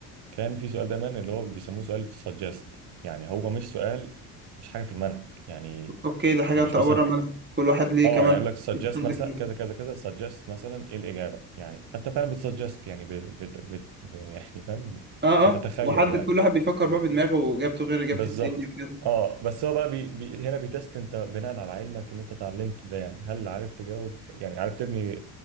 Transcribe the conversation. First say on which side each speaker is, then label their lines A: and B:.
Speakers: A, on the right (about 50°); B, on the right (about 20°).
A: كان في سؤال دايما اللي هو بيسموه سؤال سجست يعني هو مش سؤال مش حاجه في المنهج يعني
B: اوكي ده حاجه
A: يعني
B: انت
A: مش
B: بره
A: مثلا
B: منها كل واحد ليه
A: اه
B: كمان
A: يعني يقول لك سجست
B: يختلف
A: مثلا
B: غير-
A: كذا كذا كذا سجست مثلا ايه الاجابه يعني فانت فعلا بتسجست يعني بت بت بت يعني فاهم
B: اه
A: بتتخيل
B: اه وحد
A: يعني
B: كل واحد بيفكر بقى بدماغه واجابته غير اجابه
A: بالظبط
B: التاني وكده
A: اه بس هو بقى بي بي هنا بيتست انت بناء على علمك اللي انت اتعلمته ده يعني هل عارف تجاوب يعني عارف تبني